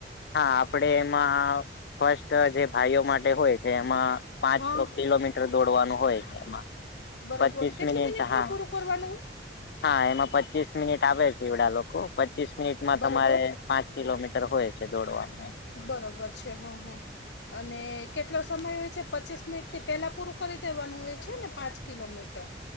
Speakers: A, on the left (about 60°); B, on the left (about 70°).
A: હા આપડે એમાં ફસ્ટ જે ભાઈઓ માટે હોય એમાં પાંચ
B: હા
A: કિલોમીટર દોડવાનું હોય એમાં
B: બરોબર
A: પચીસ
B: કેટલી
A: મિનિટ
B: મિનિટમાં
A: હા
B: પૂરું કરવાનું
A: હા એમાં પચીસ મિનિટ આપે છે એવડા લોકો પચીસ મિનિટમાં
B: બરોબર
A: તમારે પાંચ કિલોમીટર હોય છે દોડવાનું
B: બરોબર છે હં હ અને કેટલો સમય હોય છે પચીસ મિનિટથી પહેલાં પૂરું કરી દેવાનું હોય છે ને પાંચ કિલોમીટર